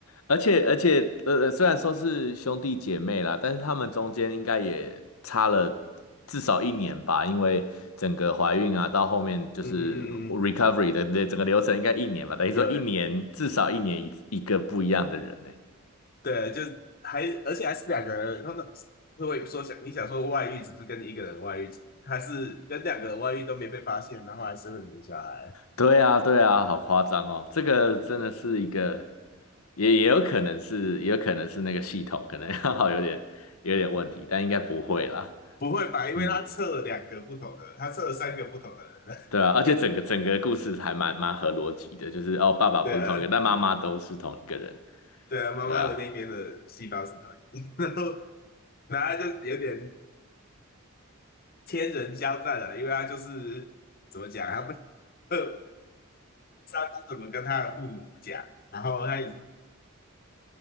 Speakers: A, on the left; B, on the left.
A: 而且而且，呃，呃虽然说是兄弟姐妹啦，但是他们中间应该也差了至少一年吧，因为整个怀孕啊，到后面就是
B: 嗯嗯嗯嗯，
A: recovery 的的整个流程应该一年吧，等于说一年至少一年一一个不一样的人呢。
B: 有对，就是还而且还是两个人，他们如果说想你想说外遇只是跟一个人外遇，还是跟两个人外遇都没被发现，然后还生了两个小孩，
A: 对啊，对啊，好夸张哦！这个真的是一个，也也有可能是，也有可能是那个系统可能 <laughs> 好有点有点问题，但应该不会啦。
B: 不会吧？因为他测了两个不同的，
A: 嗯。
B: 他测了三个不同的
A: 对啊，而且整个整个故事还蛮蛮合逻辑的，
B: 人。
A: 就是哦，爸爸不是同一个，
B: <laughs> 对啊，
A: 但妈妈都是同一个人。
B: 对啊，妈妈的那边的细胞是同一个，
A: 对啊，
B: <laughs> 然后然后他就有点天人交战了，因为他就是怎么讲，他不呃，<laughs> 不知道该怎么跟他的父母讲，然后他也